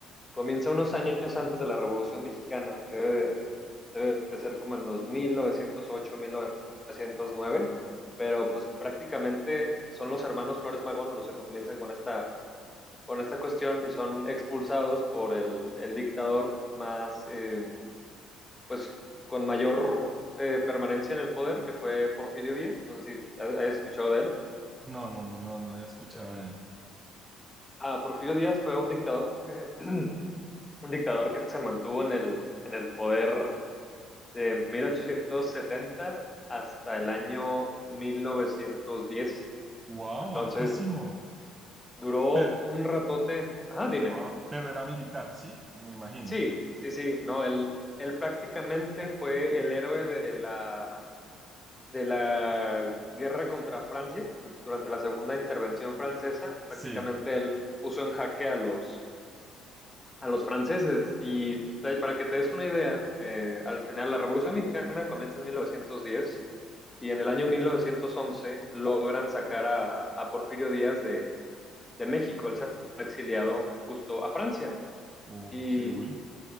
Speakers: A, on the left; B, on the right.
A: comienza unos años antes de la Revolución Mexicana, que debe, debe de ser como en los mil mil novecientos ocho mil novecientos nueve pero pues prácticamente son los hermanos Flores Magón los que comienzan con esta, con esta cuestión y son expulsados por el, el dictador más, eh, pues con mayor eh, permanencia en el poder, que fue Porfirio Díaz, no sé si hayas escuchado de él.
B: No, no, no, no, no había escuchado
A: Eh,
B: de él.
A: Ah, Porfirio Díaz fue un dictador, eh, <clears throat> un dictador que se mantuvo en el, en el poder de 1870 hasta el año mil novecientos diez
B: Wow,
A: Entonces,
B: hartísimo.
A: duró
B: Pero,
A: un ratote. Ajá, dime.
B: wow, pero era militar, sí, me imagino.
A: Sí, sí, sí, no, él, él prácticamente fue el héroe de la, de la guerra contra Francia durante la segunda intervención francesa. Prácticamente
B: Sí.
A: él puso en jaque a los a los franceses. Y eh, para que te des una idea, eh, al final la Revolución Mexicana comienza en 1910 y en el año 1911 logran sacar a, a Porfirio Díaz de, de México. Él se ha exiliado justo a Francia.
B: Oh,
A: Y
B: qué uy.